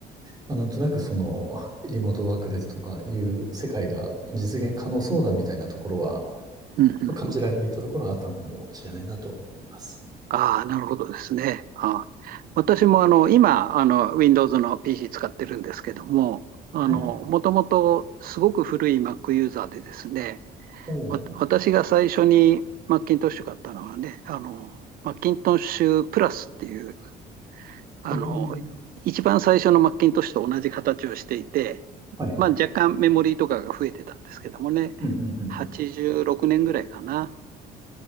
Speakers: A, on the right; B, on the right.
A: まあ、なんとなくその、リモートワークですとかいう世界が実現可能そうだみたいなところは、ま
B: うんうんうん。
A: あ感じられていたところはあったのかもしれないなと思います。
B: ああ、なるほどですね。ああ私もあの今あの、Windows の PC 使ってるんですけども、あのもともとすごく古い
A: はい。
B: Mac ユーザーでですね、
A: おー
B: わ私が最初に Macintosh 買ったのはね、あの Macintosh プラスっていうあの、
A: あ、ええ
B: 一番最初の Macintosh と同じ形をしていて、
A: はい。
B: まあ、若干メモリーとかが増えてたんですけどもね、
A: うんうんうんうん。
B: 86年ぐらいかな。